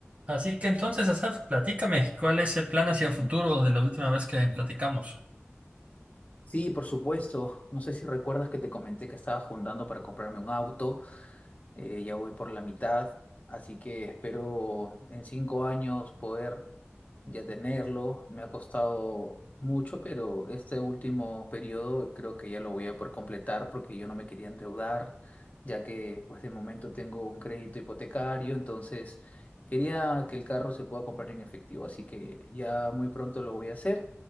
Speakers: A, on the right; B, on the left.
A: Así que entonces, Asaf, platícame, ¿cuál es el plan hacia futuro de la última vez que platicamos?
B: Sí, por supuesto. No sé si recuerdas que te comenté que estaba juntando para comprarme un auto. Eh, ya voy por la mitad, así que espero en cinco años poder ya tenerlo. Me ha costado mucho, pero este último periodo creo que ya lo voy a poder completar porque yo no me quería endeudar, ya que pues de momento tengo un crédito hipotecario, entonces quería que el carro se pueda comprar en efectivo, así que ya muy pronto lo voy a hacer.